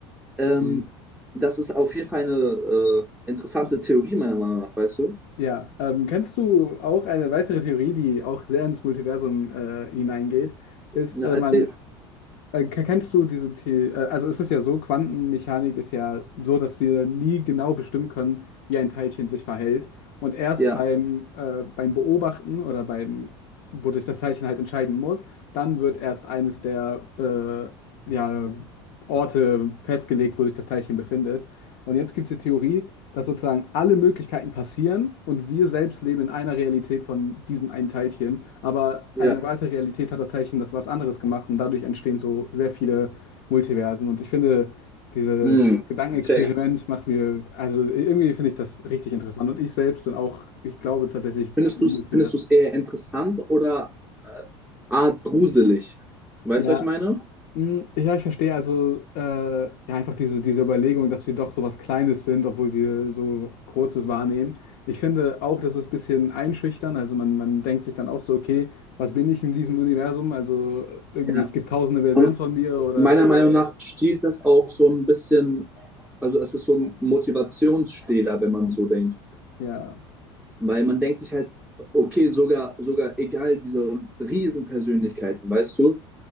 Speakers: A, in the centre; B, on the left.
A: Ähm,
B: Mhm.
A: das ist auf jeden Fall eine äh, interessante Theorie, meiner Meinung nach, weißt du?
B: Ja, ähm, kennst du auch eine weitere Theorie, die auch sehr ins Multiversum äh, hineingeht, ist,
A: Ja,
B: äh,
A: erzähl.
B: man, äh, ke- kennst du diese The äh, also es ist ja so, Quantenmechanik ist ja so, dass wir nie genau bestimmen können, wie ein Teilchen sich verhält. Und erst
A: Ja,
B: beim, äh, beim Beobachten oder beim, wo wodurch das Teilchen halt entscheiden muss, dann wird erst eines der, äh, ja, Orte festgelegt, wo sich das Teilchen befindet. Und jetzt gibt es die Theorie, dass sozusagen alle Möglichkeiten passieren und wir selbst leben in einer Realität von diesem einen Teilchen. Aber
A: ja.
B: eine weitere Realität hat das Teilchen das was anderes gemacht und dadurch entstehen so sehr viele Multiversen. Und ich finde, dieses
A: Mm,
B: Gedankenexperiment
A: check.
B: macht mir, also irgendwie finde ich das richtig interessant. Und ich selbst bin auch, ich glaube tatsächlich
A: Findest
B: an
A: du
B: ein
A: es
B: Multiversum.
A: findest du's eher interessant oder äh, art gruselig? Weißt
B: Ja,
A: du, was ich meine?
B: Mm, Ja, ich verstehe also äh, ja einfach diese, diese Überlegung, dass wir doch so was Kleines sind, obwohl wir so Großes wahrnehmen. Ich finde auch, das ist ein bisschen einschüchtern. Also man, man denkt sich dann auch so, okay, was bin ich in diesem Universum? Also irgendwie,
A: Ja.
B: es gibt tausende Versionen
A: Und
B: von mir oder
A: meiner Meinung nach stiehlt das auch so ein bisschen, also es ist so ein Motivationsstehler, wenn man so denkt.
B: ja.
A: Weil man denkt sich halt, okay, sogar, sogar egal diese Riesenpersönlichkeiten, weißt du,